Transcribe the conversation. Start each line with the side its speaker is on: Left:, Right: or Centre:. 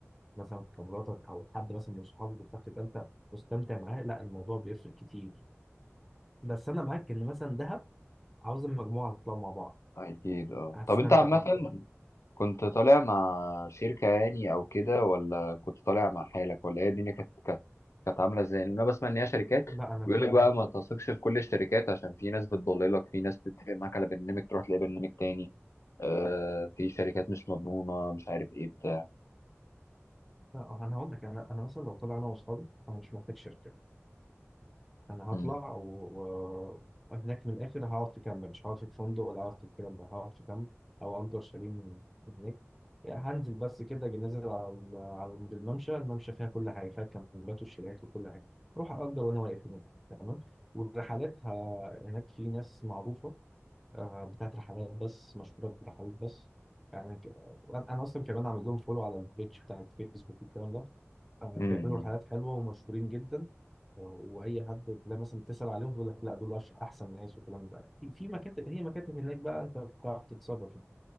Centre: مثلا في خبراتك او حد مثلا من صحابك بتاعك تبقى انت مستمتع معاه لا الموضوع بيفرق كتير بس انا معاك ان مثلا دهب عاوز المجموعة تطلعوا مع بعض
Left: اكيد اه
Centre: هتستمتع
Left: طب انت عامة
Centre: أكتر
Left: كنت طالع مع شركة يعني او كده ولا كنت طالع مع حالك ولا هي الدنيا كانت كانت كانت عاملة ازاي لان انا بسمع ان هي شركات
Centre: لا أنا
Left: بيقول
Centre: كنت
Left: لك بقى ما تثقش في كل الشركات عشان في ناس بتضللك في ناس بتتفق معاك على برنامج تروح تلاقي برنامج تاني آه في شركات مش مضمونة مش عارف ايه بتاع
Centre: لا، أنا هقول لك أنا أنا مثلا لو طلع أنا وأصحابي أنا مش محتاج شركة أنا
Left: امم
Centre: هطلع و... وهناك من الآخر هقعد في كامب مش هقعد في فندق ولا هقعد في الكلام ده هقعد في كامب أو أجر شاليه من من هناك يعني هنزل بس كده أجي نازل على ال- على عند الممشى الممشى فيها كل حاجة فيها الكامبات والشاليهات وكل حاجة أروح أجر وأنا واقف هناك تمام والرحلات ه... هناك في ناس معروفة آه، بتاعت رحلات بس مشهورة برحلات بس يعني ك... وأنا- أنا أصلا كمان عامل لهم فولو على البيج بتاع الفيسبوك والكلام ده آه،
Left: امم
Centre: بيعملوا رحلات حلوة ومشهورين جدا آه، وأي حد تلاقي مثلا تسأل عليهم يقول لك لا دول أش- أحسن ناس والكلام ده في في مكاتب هي مكاتب هناك بقى أنت بتعرف تتصرف